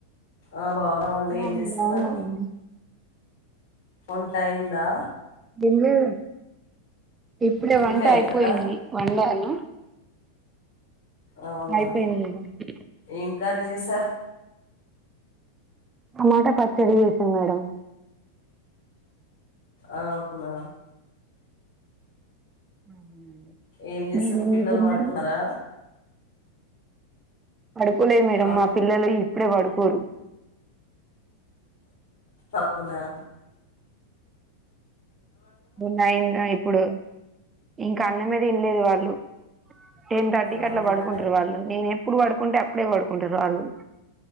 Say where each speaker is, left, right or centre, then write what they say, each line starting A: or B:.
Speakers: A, on the left; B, on the right.
A: ఆ బాగునమండి
B: ఆ
A: ఏం
B: మేము
A: చేస్తున్నారు
B: బాగున్నామండి
A: వంట అయిందా
B: తిన్లేదు ఇప్పుడే
A: తినలే
B: వంట
A: ఇంకా
B: అయిపోయింది వండాను
A: అవునా
B: అయిపోయింది మేడం
A: ఏం కర్రీ చేసారు
B: టమాట పచ్చడి చేశా మేడం
A: అవునా
B: అవునండి.
A: ఏం చేస్తున్నవ్
B: మీరేం
A: పిల్లలు
B: చేసారు
A: పడుకున్నారా
B: మేడం పడుకోలే మేడం
A: ఆ
B: మా పిల్లలు ఇప్పుడే పడుకోరు
A: అవున్నా
B: నైన్నా ఇప్పుడు ఇంకా అన్నమే తినలేదు వాళ్ళు టెన్ థర్టీకి
A: అవునా
B: అట్లా పడుకుంటారు వాళ్ళు నేను ఎప్పుడు పడుకుంటే అప్పుడే పడుకుంటారు వాళ్ళు